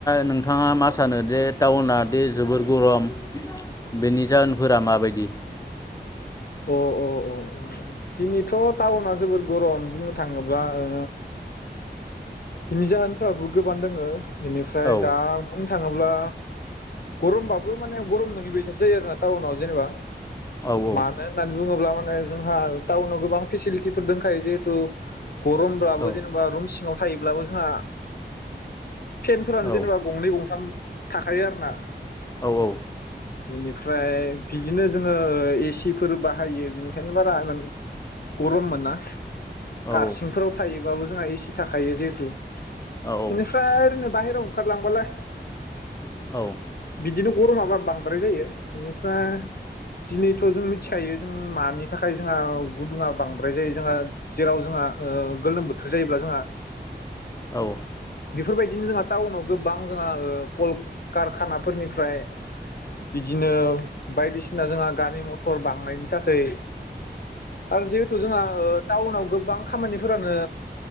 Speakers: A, on the left (about 20°); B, on the left (about 60°).
A: नोंथाङा मा सानो दे टाउनादि जोबोर गरम बेनि जाहोनफोरा माबायदि?
B: अ' अ' अ' अ' दिनैथ' टाउना जोबोर गरम बुंनो थाङोब्ला ओ इनि जाहोनफ्राबो गोबां दोङो। बेनिफ्राय
A: औ
B: दा बुं थाङाब्ला गरमबाबो माने गरम नोङि बायसासो जायो आरोना टाउनाव जेनेबा।
A: औ
B: मानो
A: औ।
B: होननानै बुङोब्ला माने जोंहा टाउनाव गोबां फेसिलिटिफोर दंखायो जेहेथु गरमब्लाबो
A: औ
B: जेनेबा रुम सिङाव सायोब्लाबो जोंहा फेनफोरानो
A: औ
B: जेनेबा गंनै गंथाम थाखायो आरो ना।
A: औ औ
B: बेनिफ्राय बिदिनो जोङो ए सि सिफोर बाहायो बिनिखायनो बारा इमान‌ गरम मोना।
A: औ
B: कारसिंफोराव थायो। बाबो जोंहा एसि थाखायो जिहेतु
A: औ औ
B: बिनिफ्राय ओरैनो‌ बाहेराव ओंखारलांबालाय
A: औ
B: बिदिनो गरमाबा बांद्राय जायो बेनिफ्रा <unintelligible> दिनै थ जोंनि मिथिखायो जों मानि थाखाय जोंहा गुदुङा बांद्राय जायो जोंहा जेराव जोंहा ओ गोलोम बोथोर जायोब्ला जोंहा
A: औ
B: बेफोरबायदिनो जोंहा टाउनाव गोबां जोंहा कल कारखानाफोरनि फ्राय बिदिनो बायदिसिना जोंहा गारि मथ थांनायनि थाखै आरो जिहेतु जोंहा ओ टाउनाव गोबां खामानिफोरानो